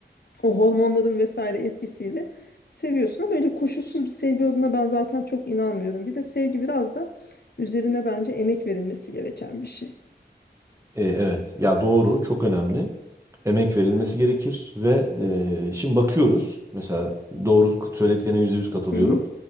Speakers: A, on the left; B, on the right.
A: o hormonların vesaire etkisiyle seviyorsun ama öyle koşulsuz bir sevgi olduğuna ben zaten çok inanmıyorum. Bir de sevgi biraz da üzerine bence emek verilmesi gereken bir şey.
B: E, evet. Ya doğru, çok önemli. Emek verilmesi gerekir ve e, şimdi bakıyoruz. Mesela doğru söylediklerine %100 katılıyorum.
A: Hı hı.